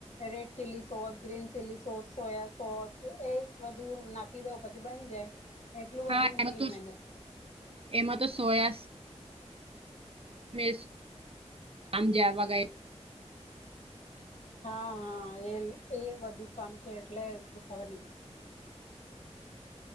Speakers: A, on the left (about 70°); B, on the right (about 55°).
A: red chilli sauce green chilli sauce soya sauce એજ બધું ના કીધો પછી બની જાય એટલું
B: હા
A: બધું
B: એમાં
A: નહી
B: તો
A: મહેનત
B: એમાં તો સોયા મે આમજવાગય
A: હા હા એ એ બધુ કામ છે એટલેલું ખબર નહ પડે